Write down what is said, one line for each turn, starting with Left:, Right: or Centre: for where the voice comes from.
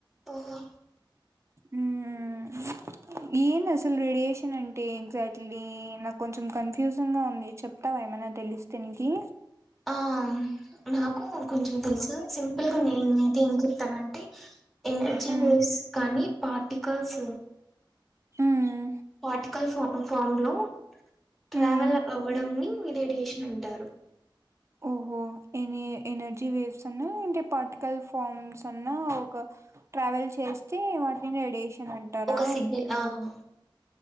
Centre: ఓహో
Right: ఉమ్ ఏందీ అసలు రేడియేషన్ అంటే ఎగ్జాక్ట్లీ నాక్ కొంచం కన్ఫ్యూజంగ్ గా ఉంది చెప్తావా ఏమైన తెలిస్తేనికి
Centre: ఆ నాకు కొంచెం తెలుసు సింపుల్ గా నేన్ నే ఏం చెప్తామంటే ఎనర్జీ
Right: ఉమ్,
Centre: వేవ్స్ కానీ పార్టికల్స్
Right: ఉమ్,
Centre: పార్టికల్స్ ఫా ఫామ్ లో ట్రావెల్
Right: ఉమ్.
Centre: అవ్వడం ని రేడియేషన్ అంటారు.
Right: ఓహో ఎనీ ఎనర్జీ వేవ్స్ అన్న ఇంకే పార్టికల్స్ ఫార్మ్స్ అన్న ఒక ట్రావెల్ చేస్తే వాటిని రేడియేషన్ అంటారా
Centre: ఒక సిగ్నల్ ఆ